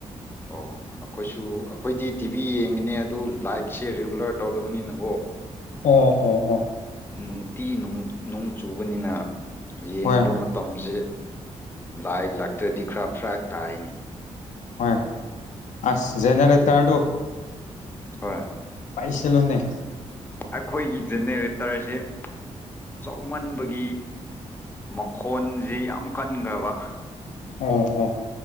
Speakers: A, on the left (about 15°); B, on the left (about 70°).
A: ꯑꯣ ꯑꯈꯣꯏꯁꯨ ꯑꯩꯈꯣꯏꯗꯤ ꯇꯤꯚꯤ ꯌꯦꯡꯒꯅꯤ ꯑꯗꯨ ꯂꯥꯏꯠꯁꯦ ꯔꯤꯒꯨꯂꯔ ꯇꯧꯗꯕꯅꯤꯅꯀꯣ
B: ꯑꯣ ꯑꯣ ꯑꯣ
A: ꯅꯨꯡꯇꯤ ꯅꯨꯡ ꯅꯣꯡ ꯆꯨꯕꯅꯤꯅ ꯌꯦꯡꯕ
B: ꯍꯣꯏ
A: ꯃꯇꯝꯁꯦ ꯂꯥꯏꯠ ꯂꯥꯛꯇ꯭ꯔꯗꯤ ꯈ꯭ꯔ ꯐ꯭ꯔꯛ ꯇꯥꯏꯌꯦꯅꯦ
B: ꯍꯣꯢ ꯑꯁ ꯖꯦꯅꯦꯔꯦꯇꯔꯗꯨ
A: ꯍꯣꯏ
B: ꯄꯥꯏꯁꯤꯣꯅꯦ
A: ꯑꯩꯈꯣꯏꯒꯤ ꯖꯦꯅꯦꯔꯦꯇꯔꯁꯦ ꯆꯥꯎꯃꯟꯕꯒꯤ ꯃꯈꯣꯟꯁꯦ ꯌꯥꯝ ꯀꯟꯈ꯭ꯔꯕ
B: ꯎꯝ ꯎꯝ